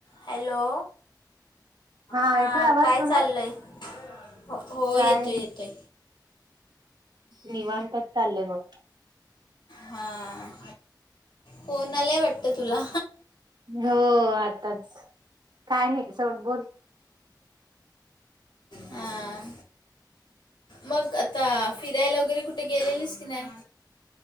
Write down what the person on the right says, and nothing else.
हा
येतोय आवाज
तुला
काय
निवांतात चाललंय बघ.
हो आताच काय नाय ते सोड बोल.